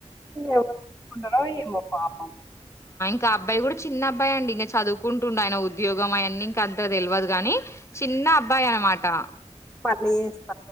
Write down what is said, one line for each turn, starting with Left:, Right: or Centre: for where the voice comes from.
Centre: ఎవరు తీసుకుంటారో ఏమో పాపం
Left: ఇక అబ్బాయి కూడా చిన్న అబ్బాయి అండి ఇంకా చదువుకుంటుండడు ఆయన ఉద్యోగం అవీ ఇంక అంత తెలియదు కాని చిన్న అబ్బా అన మాటం
Centre: ప్లీస్ ప